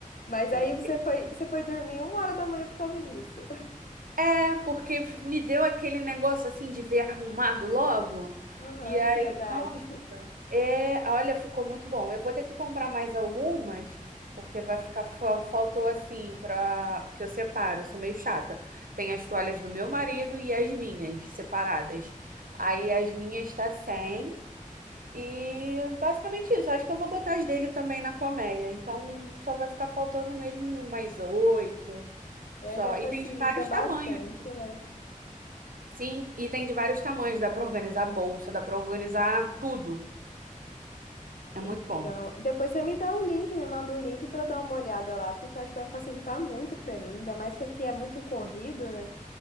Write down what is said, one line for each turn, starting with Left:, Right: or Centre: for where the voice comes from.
Left: Mas
Right: é.
Left: aí você foi, você foi dormir uma hora da manhã por causa disso. <laughs>
Right: É, porque me deu aquele negócio assim de ver arrumado logo.
Left: Aham,
Right: E aí,
Left: ansiedade.
Right: nossa, é, olha, ficou muito bom. Eu vou ter que comprar mais algumas, porque vai ficar, fa- faltou assim para que eu separo, eu sou meio chata. Tem as toalhas do meu marido e as minhas separadas. Aí as minhas tá sem e basicamente isso. Acho que eu vou botar as dele também na colmeia. Então só vai ficar faltando mesmo mais oito.
Left: É,
Right: Só.
Left: já facilita
Right: E tem de vários
Left: bastante,
Right: tamanhos.
Left: né?
Right: Sim, e tem de vários tamanhos. Dá pra organizar bolsa, dá pra organizar tudo. É
Left: Então,
Right: muito bom.
Left: depois você me dá o link, me manda o link para eu dar uma olhada lá, porque eu acho que vai facilitar muito para mim, ainda mais que aqui é muito corrido, né?